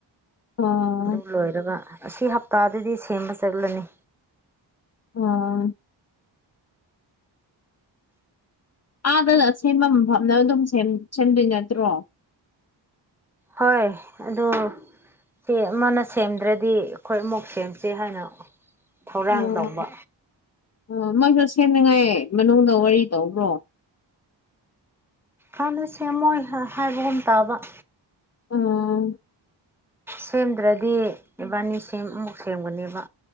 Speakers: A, on the left (about 35°); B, in the centre.
A: ꯎꯝ
B: ꯑꯗꯨ ꯂꯣꯏꯔꯒꯥ ꯑꯁꯤ ꯍꯞꯇꯥꯗꯥꯗꯤ ꯁꯦꯝꯕ ꯆꯠꯂꯅꯤ
A: ꯎꯝ ꯑꯥꯗ ꯁꯦꯝꯕ ꯃꯐꯝꯗꯥ ꯑꯗꯨꯝ ꯁꯦꯝ ꯁꯦꯝꯗꯣꯏ ꯅꯠꯇ꯭ꯔꯣ
B: ꯍꯣꯏ ꯑꯗꯨ ꯇꯦ ꯑꯃꯅ ꯁꯦꯝꯗ꯭ꯔꯗꯤ ꯑꯩꯈꯣꯏ ꯑꯃꯨꯛ ꯁꯦꯝꯁꯦ ꯍꯥꯏꯅ ꯊꯧꯔꯥꯡ
A: ꯑꯣ
B: ꯇꯧꯕ
A: ꯑꯣ ꯃꯣꯏꯁꯨ ꯁꯦꯝꯅꯤꯡꯉꯥꯏ ꯃꯅꯨꯡꯗꯥ ꯋꯥꯔꯤ ꯇꯧꯕ꯭ꯔꯣ
B: ꯍꯥꯟꯅ ꯁꯦꯝꯃꯣꯏ ꯍꯥꯏꯕꯒꯨꯝ ꯇꯥꯕ
A: ꯎꯝ
B: ꯁꯦꯝꯗ꯭ꯔꯗꯤ ꯏꯕꯥꯅꯤ ꯁꯦꯝ ꯑꯃꯨꯛ ꯁꯦꯝꯒꯥꯅꯦꯕ